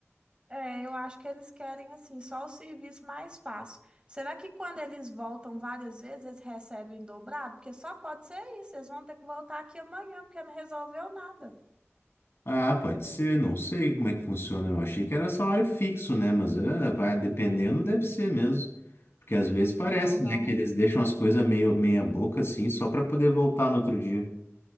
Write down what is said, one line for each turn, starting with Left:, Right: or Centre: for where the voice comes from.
Right: É, eu acho que eles querem assim só o serviço mais fácil. Será que quando eles voltam várias vezes, eles recebem dobrado? Porque só pode ser isso, eles vão ter que voltar aqui amanhã, porque não resolveu nada.
Left: Ah, pode ser, não sei como é que funciona. Eu achei que era salário fixo, né? Mas é, vai dependendo, deve ser mesmo. Porque às vezes parece,
Right: Ah, não.
Left: né, que eles deixam as coisas meio meia boca, assim, só para poder voltar no outro dia.